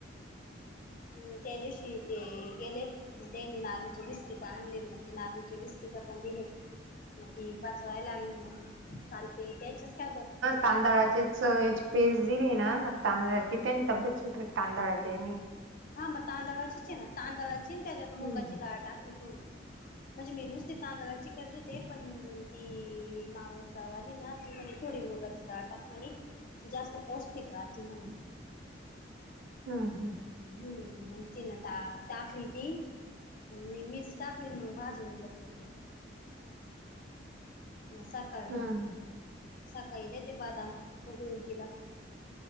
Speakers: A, on the left; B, on the right.
A: हम् त्या दिवशी ते गेले. मग त्यानी नारलचे बिस्किट आणले, मग ते नारलचे बिस्किट पण दिले. मग ती पचवाय लागली म्हणून, काल ते त्यांच्याच काय
B: तांदळाची
A: हा,
B: याची पेस्ट दिली ना, की त्यानी तब्येत सुटती तांदळाच्या ह्यानी.
A: हा मग तांदळाची आहे ना, तांदळाची अन त्याच्यात मुगाची
B: हम्म.
A: डाळ टाकली थोडी. म्हणजे मी नुसती तांदळाची गरज होते पण ती माव जाऊ आली ना की म्हणे थोडी मुंगट दटाक म्हणे त जास्त पौष्टिक राहते म्हणे.
B: हम हम.
A: हम्म तीनटा टाकली ती मग मी मीच टाकली मग भाजून घेतलं ती सकाल
B: हम्म हम्म.
A: सकाळी देते बादाम उघळून तिला